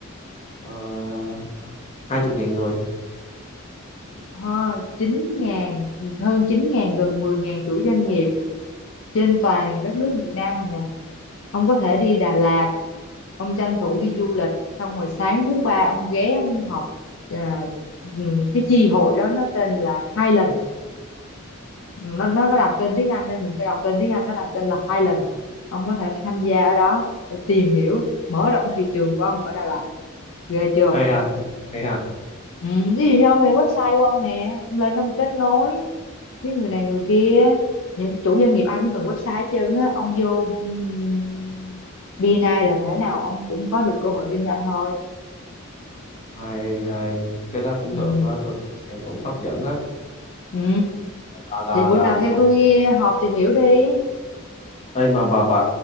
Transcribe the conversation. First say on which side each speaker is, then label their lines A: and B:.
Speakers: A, on the left; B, on the left.
A: uh, hai chục ngàn người
B: ha chín ngàn hơn chín ngàn gần mười ngàn chủ doanh nghiệp trên toàn đất nước Việt Nam này nè ông có thể đi Đà Lạt ông tranh thủ đi du lịch xong rồi sáng thứ ba ông ghé ông họp à, ừm, cái chi hội đó nó tên là Highland nó nó nó đặt tên tiếng Anh nên mình phải đọc tên tiếng Anh nó đặt tên là Highland ông có thể tham gia ở đó để tìm hiểu mở rộng thị trường của ông ở Đà Lạt ghê chưa
A: hay ha hay ha
B: ừ, ví dụ như ông hay website của ông nè ông lên ông kết nối chứ người này người kia những chủ doanh nghiệp ai cũng cần website hết trơn á ông vô um, BNI là thế nào ông cũng có được cơ hội kinh doanh thôi
A: hay hay cái đó cũng
B: ừ
A: được á tôi nghe cũng hấp dẫn á
B: ừ
A: là là
B: vậy bữa
A: là
B: nào theo
A: mà-
B: tôi họp tìm hiểu đi
A: ê mà bà bà